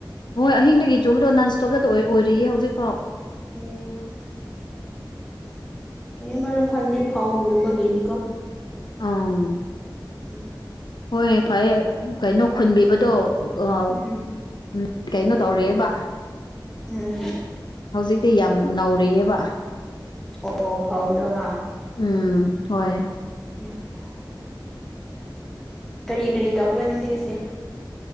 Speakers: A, on the left (about 65°); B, in the centre.
A: ꯍꯣꯏ ꯑꯍꯤꯡꯗꯒꯤ ꯆꯨꯕꯗꯣ ꯅꯟ ꯁ꯭ꯇꯣꯞꯇ ꯑꯣꯏꯔꯤꯌꯦ ꯍꯧꯖꯤꯛ ꯐꯥꯎ
B: ꯎꯝ ꯑꯦ ꯃꯔꯝ ꯈꯗꯤ ꯐꯧꯒꯨꯝꯕꯒꯤꯗꯤꯀꯣ
A: ꯑꯥ
B: <unintelligible>
A: ꯍꯣꯏ ꯐꯩꯌꯦ ꯀꯩꯅꯣ ꯈꯨꯟꯕꯤꯕꯗꯣ ꯑ
B: ꯎꯝ
A: ꯎꯝ ꯀꯩꯅꯣ ꯇꯧꯔꯦꯕ
B: ꯎꯝ
A: ꯍꯧꯖꯤꯛꯇꯤ ꯌꯥꯝ ꯅꯧꯔꯤꯌꯦꯕ
B: ꯑꯣ ꯐꯧꯗꯣ ꯍꯥ
A: ꯎꯝ ꯍꯣꯏ
B: <unintelligible> ꯀꯔꯤ ꯀꯔꯤ ꯇꯧꯕ꯭ꯔ ꯅꯪꯗꯤ ꯉꯁꯤ